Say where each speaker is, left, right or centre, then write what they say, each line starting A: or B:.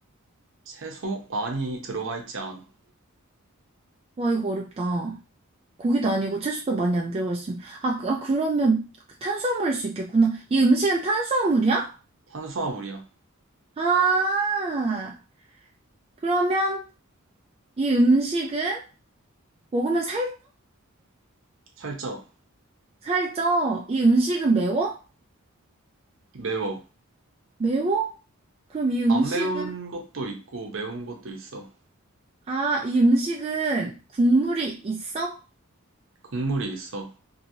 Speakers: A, on the right; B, on the right.
A: 채소 많이 들어가 있지 않아.
B: 와, 이거 어렵다. 고기도 아니고 채소도 많이 안 들어가 있으면 아, 그, 아 그러면 탄수화물일 수 있겠구나. 이 음식은 탄수화물이야?
A: 탄수화물이야.
B: 아 그러면 이 음식은 먹으면 살쪄?
A: 살짝
B: 살쪄. 이 음식은 매워?
A: 매워.
B: 매워? 그럼 이 음식은
A: 안 매운 것도 있고 매운 것도 있어.
B: 아, 이 음식은 국물이 있어?
A: 국물이 있어.